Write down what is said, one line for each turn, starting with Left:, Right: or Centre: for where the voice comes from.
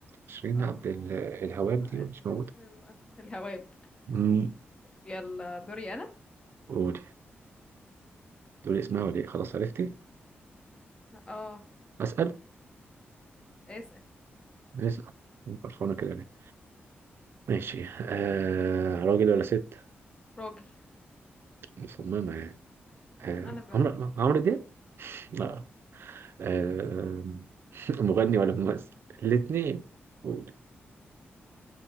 Right: شيرين
Left: اه
Right: عبد ال-
Left: <laughs>
Right: الهواب دي مش موجودة
Left: حلوة. الهواب
Right: امم
Left: يلا دوري انا
Right: قول تقول اسمها ولا ايه خلاص عرفتي
Left: اه
Right: اسال
Left: اسأل
Right: اسال فرحانة كده ليه ماشي آه راجل ولا ست
Left: راجل
Right: مصممة يعني آه
Left: انا بقى
Right: عمرو عمرو دياب لا آه <laughs> مغني ولا ممثل الاتنين قول